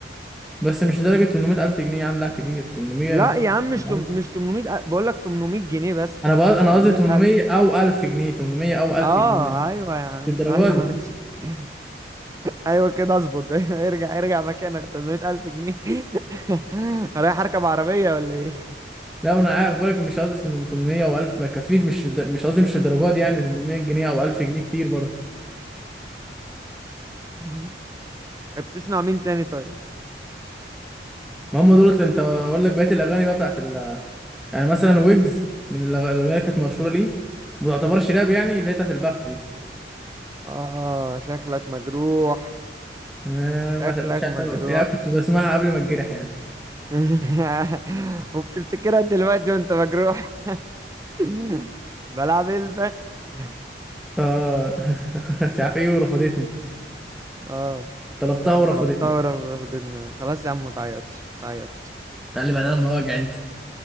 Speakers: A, in the centre; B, on the right.
A: بس مش لدرجه 800000 جنيه عامله كتير 800
B: لا يا عم مش
A: و1000
B: تم... مش 800 بقول لك 800 جنيه بس
A: انا بقى
B: مش
A: انا
B: 800
A: قصدي 800
B: الف
A: او 1000 جنيه 800 او 1000
B: اه
A: جنيه يعني،
B: ايوه يا عم
A: مش الدرجه
B: ايوه
A: دي
B: ماشي <laughs> ايوه كده اظبط <laughs> ايوه ارجع ارجع مكانك 800 الف جنيه <laughs> رايح اركب عربيه ولا ايه
A: لا انا عارف بقولك مش قصدي 800 او 1000 ما يكفيش مش لد... مش قصدي مش للدرجه دي يعني 800 جنيه او 1000 جنيه كتير برضه
B: <laughs> طيب، بتسمع مين تاني طيب
A: ما هم دولت انت اقول لك بقيه الاغاني بقى بتاعت ال... يعني مثلا ويجز من الأغ- الاغنيه اللي كانت مشهوره ليه وما تعتبرش راب يعني اللي هي بتاعت البخت دي
B: اه شكلك مجروح
A: آه ما
B: شكلك
A: تقلقش انا
B: مجروح
A: يعني كنت بسمعها قبل ما اتجرح يعني
B: <laughs> وبتفتكرها دلوقتي وانت مجروح <laughs> بلعب ايه البخت <laughs>
A: اه <laughs> مش عارف ايه ورفضتني
B: اه
A: طلبتها
B: خ-
A: ورفضتني
B: طلبتها ورفضتنا خلاص يا عم ما تعيطش ما تعيطش
A: تعالي بعدها لما واجع انت